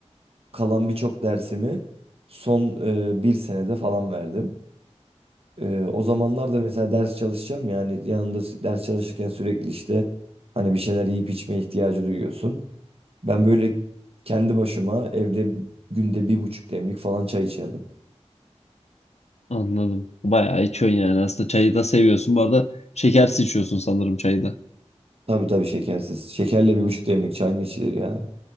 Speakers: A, on the right; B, on the left.
A: kalan birçok dersimi son e, bir senede falan verdim. Ee, o zamanlar da mesela ders çalışacağım yani yanında s- ders çalışırken sürekli işte hani bir şeyler yiyip içme ihtiyacı duyuyorsun. Ben böyle kendi başıma evde günde bir buçuk demlik falan çay içerdim.
B: Anladım. Bayağı içiyorsun yani aslında çayı da seviyorsun. Bu arada şekersiz içiyorsun sanırım çayı da.
A: Tabii tabii şekersiz. Şekerle bir buçuk demlik çay mı içilir ya?